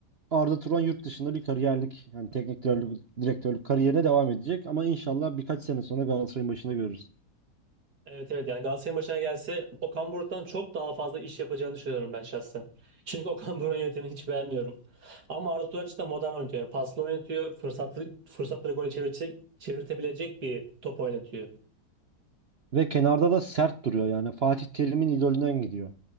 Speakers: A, on the right; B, on the right.
A: Arda Turan yurt dışında bir kariyerlik yani teknik direktörlük, direktörlük kariyerine devam edecek ama inşallah birkaç sene sonra Galatasaray'ın başında görürüz.
B: Evet evet yani Galatasaray'ın başına gelse Okan Buruk'tan çok daha fazla iş yapacağını düşünüyorum ben şahsen. Çünkü Okan Buruk'un yönetimini hiç beğenmiyorum. Ama Arda Turan cidden modern oynatıyor. Yani paslı oynatıyor. Fırsatlı, fırsatları gole çevirecek, çevirtebilecek bir top oynatıyor.
A: Ve kenarda da sert duruyor yani Fatih Terim'in idolünden gidiyor.